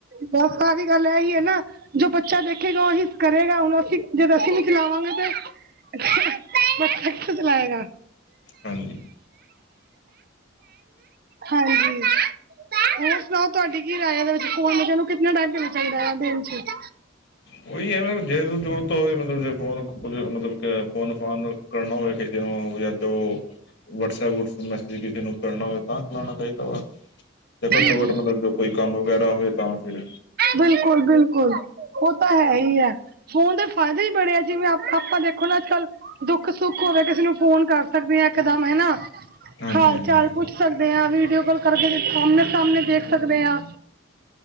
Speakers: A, on the right; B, on the left.
A: ਬਸ ਸਾਰੀ ਗੱਲ ਇਹੀ ਹੈ ਨਾ। ਜੋ ਬੱਚਾ ਦੇਖੇਗਾ ਉਹੀ ਕਰੇਗਾ ਹੁਣ ਅਸੀਂ ਜਦ ਅਸੀਂ ਨਹੀਂ ਚਲਾਵਾਂਗੇ ਤੇ। ਅੱਛਾ ਬੱਚਾ ਕਿੱਥੋਂ ਚਲਾਏਗਾ।
B: ਹਾਂਜੀ।
A: ਹਾਂਜੀ ਉਸ। ਸੁਣਾਓ ਤੁਹਾਡੇ ਕੀ ਰਹੈ ਇਹਦੇ ਵਿੱਚ ਫੋਨ ਬੱਚੇ ਨੂੰ ਕਿੰਨਾ ਟਾਈਮ ਦੇਣਾ ਚਾਹੀਦਾ ਆ ਦਿਨ ਵਿੱਚ।
B: ਉਹੀ ਹੈ ਮੈਮ ਜੇ ਕੋਈ ਜ਼ਰੂਰ ਹੋਵੇ ਮਤਲਬ ਜੇ ਫੋਨ ਕੁੱਝ ਮਤਲਬ ਫ਼ੋਨ ਫਾਨ। ਕਰਨਾ ਹੋਵੇ ਕਿਸੇ ਨੂੰ ਜਾਂ। ਜੋ ਵਟਸਐਪ ਵਟਸੁਐਪ ਮੈਸੇਜ ਕਿਸੇ ਨੂੰ ਕਰਨਾ ਹੋਵੇ ਤਾਂ ਚਲਾਉਣਾ ਚਾਹੀਦਾ ਵਾ। ਤੇ
A: ਜੀ
B: ਘੱਟੋ
A: ਜੀ
B: ਘੱਟ ਮਤਲਬ ਜੋ ਕੋਈ ਕੰਮ ਵਗੈਰਾ ਹੋਵੇ ਤਾਂ ਫਿਰ।
A: ਬਿਲਕੁਲ ਬਿਲਕੁਲ ਉਹ ਤਾਂ ਹੈ ਹੀ ਹੈ ਫ਼ੋਨ ਦੇ ਫਾਇਦੇ ਹੀ ਬੜੇ ਹੈ। ਜਿਵੇਂ ਆਪਾਂ ਦੇਖੋ ਨਾ ਅੱਜ ਕੱਲ੍ਹ ਦੁੱਖ ਸੁੱਖ ਹੋਵੇ ਕਿਸੇ ਨੂੰ ਫ਼ੋਨ ਕਰ। ਸਕਦੇ ਹਾਂ। ਇਕਦਮ ਹਨਾ
B: ਹਾਂਜੀ
A: ਹਾਲ
B: ਹਾਂਜੀ
A: ਚਾਲ ਪੁੱਛ ਸਕਦੇ ਹਾਂ। ਵੀਡੀਓ ਕਾਲ ਕਰਕੇ। ਆਮਣੇ ਸਾਹਮਣੇ ਦੇਖ ਸਕਦੇ ਹਾਂ।